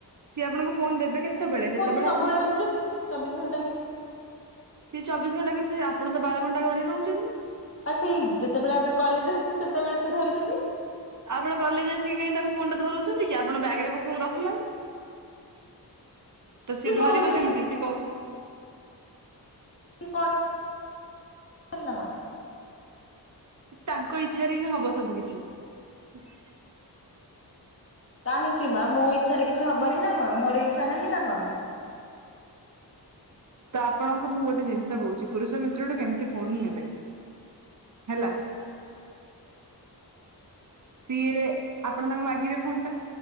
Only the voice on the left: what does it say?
ତ ସବୁବେଳେ
ରଖୁଛୁ ଚବିଶ ଘଣ୍ଟା ନେଇକି
ଆଉ ସେଇ ଯେତେବେଳେ ଆମେ କଲେଜ ଆସୁଛୁ ସେତେବେଳେ ସିଏ ଧରୁଛନ୍ତି?
କିଏ
କହୁଛନ୍ତି
ସେ କ <unintelligible>
କାହିଁକି ମ ମୋ ଇଚ୍ଛାରେ କିଛି ହବନି ନା କଣ ମୋର ଇଚ୍ଛା ନାହିଁ ନା କଣ?